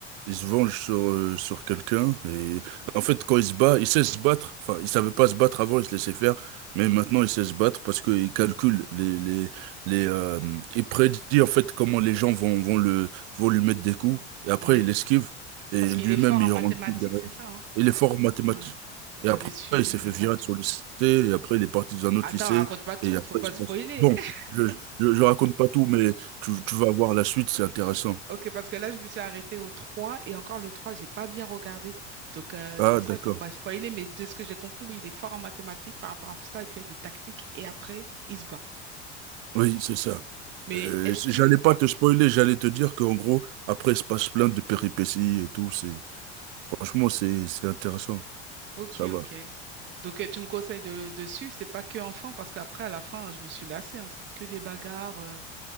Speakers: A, on the right; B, on the right.
A: Il se venge sur, euh, sur quelqu'un et en fait quand il se bat, il sait se battre. Enfin, il savait pas se battre avant, il se laissait faire, mais maintenant il sait se battre parce qu'il calcule les les les euh, il prédit en fait comment les gens vont vont le vont lui mettre des coups et après
B: ouais.
A: il esquive et
B: Parce
A: lui-même
B: qu'il est fort
A: il
B: en mathématiques,
A: rend le coup derrière.
B: c'est ça, hein?
A: Il est fort en mathématiques.
B: Ouais.
A: Et
B: J'avais
A: après
B: suivi,
A: il s'est
B: mais
A: fait
B: pas
A: virer
B: tout.
A: de son lycée et après il est parti dans un autre
B: Attends,
A: lycée
B: raconte pas tout,
A: et après
B: faut pas
A: il se
B: spoiler.
A: passe. Bon,
B: <laughs>
A: je je, je raconte pas tout mais tu tu vas voir la suite, c'est intéressant.
B: Ok, parce que là, je me suis arrêtée au 3 et encore le trois j'ai pas bien regardé. Donc, euh,
A: Ah,
B: c'est pour
A: d'accord.
B: ça, il faut pas spoiler. Mais de ce que j'ai compris, oui, il est fort en mathématiques. Par rapport à ça, il fait des tactiques et après, il se bat.
A: Oui, c'est ça.
B: Mais
A: Euh,
B: est-ce
A: c-
B: que.
A: j'allais pas te spoiler, j'allais te dire qu'en gros, après, il se passe plein de péripéties et tout. C'est, franchement, c'est, c'est intéressant.
B: Ok,
A: Ça va.
B: ok. Donc, euh, tu me conseilles de, de suivre, c'est pas que enfant, parce qu'après, à la fin, je me suis lassée, hein, c'était que des bagarres. euh,